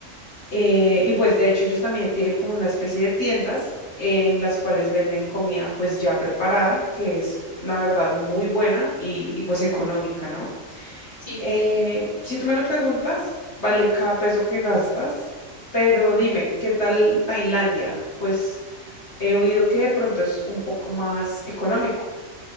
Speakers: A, on the left (about 55°); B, on the left (about 35°).
A: eh, y pues de hecho ellos también tienen como una especie de tiendas en las cuales venden comida pues ya preparada, que es la verdad muy buena y, y, pues económica, ¿no?
B: Sí, sí,
A: Eh,
B: sí.
A: si tú me lo preguntas, vale cada peso que gastas, pero dime, ¿qué tal Tailandia? Pues he oído que de pronto es un poco más económico.